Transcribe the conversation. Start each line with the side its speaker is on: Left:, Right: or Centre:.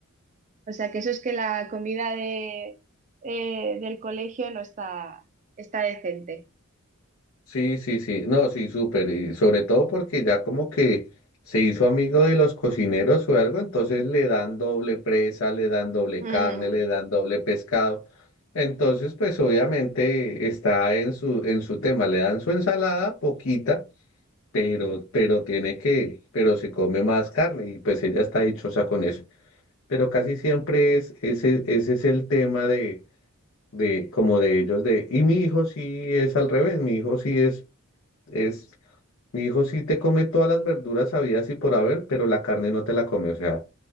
Right: O sea que eso es que la comida de, eh, del colegio no está, está decente.
Left: Sí, sí, sí. No, sí, súper. Y sobre todo porque ya como que se hizo amigo de los cocineros o algo, entonces le dan doble presa, le dan doble
Right: Mm.
Left: carne, le dan doble pescado. Entonces, pues obviamente está en su, en su tema, le dan su ensalada poquita pero, pero tiene que, pero se come más carne y pues ella está dichosa con eso. Pero casi siempre es, ese, ese es el tema de, de, como de ellos, de, y mi hijo sí es al revés, mi hijo sí es, es, mi hijo sí te come todas las verduras habidas y por haber, pero la carne no te la come, o sea,